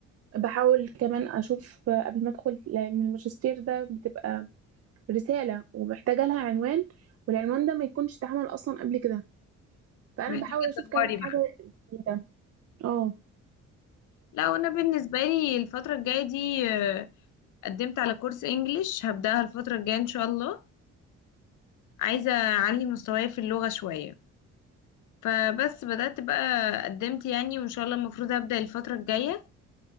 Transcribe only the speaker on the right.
بحاول كمان اشوف قبل ما ادخل لان الماجستير ده بتبقى رساله ومحتاجه لها عنوان والعنوان ده ما يكونش اتعمل اصلا قبل كده فانا
بحاول اشوف
كمان حاجه
جديده اه